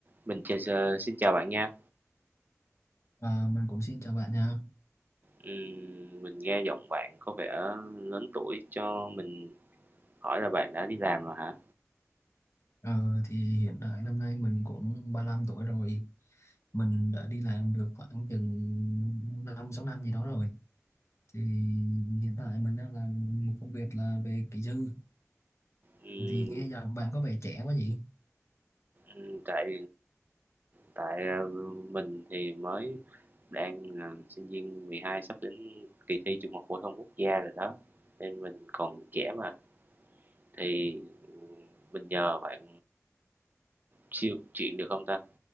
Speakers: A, on the right (about 35°); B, on the left (about 55°).
A: Mình chào ch xin chào bạn nha.
B: À, mình cũng xin chào bạn nha.
A: Ừm, mình nghe giọng bạn có vẻ lớn tuổi, cho mình hỏi là bạn đã đi làm rồi hả?
B: Ờ, thì hiện tại năm nay mình cũng ba lăm tuổi rồi. Mình đã đi làm được khoảng chừng 5 6 năm gì đó rồi. Thì hiện tại mình đang làm một công việc là về kỹ sư.
A: Ừm,
B: Thì nghe giọng bạn có vẻ trẻ quá nhỉ?
A: ừm, tại tại, ờ, mình thì mới đang là sinh viên 12 sắp đến kỳ thi Trung học phổ thông quốc gia rồi đó, nên mình còn trẻ mà, thì, ừm, mình nhờ bạn siêu chuyện được không ta?